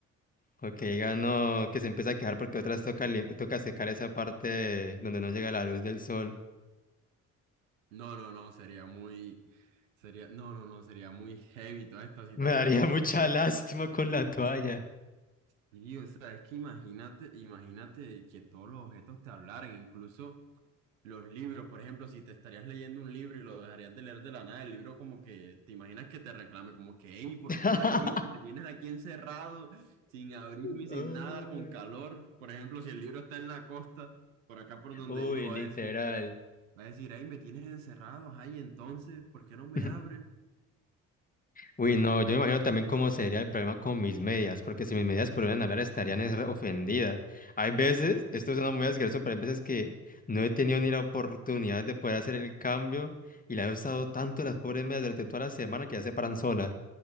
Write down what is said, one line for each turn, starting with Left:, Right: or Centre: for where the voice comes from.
Left: O que diga, no, que se empieza a quejar porque otras toca, li- toca secar esa parte donde no llega la luz del sol.
Right: no, no, no, sería muy, sería, no, no, no, sería muy heavy toda esta situación,
Left: Me daría
Right: porque
Left: <laughs> mucha
Right: es
Left: lástima
Right: que,
Left: con la toalla.
Right: sí, o sea, es que imagínate, imagínate que todos los objetos te hablaran, incluso... Los libros, por ejemplo, si te estarías leyendo un libro y lo dejarías de leer de la nada, el libro como que te imaginas que te reclame, como que, hey, ¿por
Left: <laughs>
Right: qué no me has leído? Me tienes aquí encerrado, sin abrirme,
Left: Uy,
Right: y sin nada, con calor. Por ejemplo, si el libro está en la costa, por acá por donde
Left: uy,
Right: vivo,
Left: literal.
Right: va a decir, va a decir, hey, me tienes encerrado, ay, entonces, ¿por qué no me
Left: <laughs>
Right: abres?
Left: Uy, no, yo me imagino también cómo sería el problema con mis medias, porque si mis medias pudieran hablar estarían es re ofendidas. Hay veces,
Right: Uh.
Left: esto suena muy asqueroso, pero hay veces que no he tenido ni la oportunidad de poder hacer el cambio y la he usado tanto las pobres medias durante toda la semana que ya se paran sola.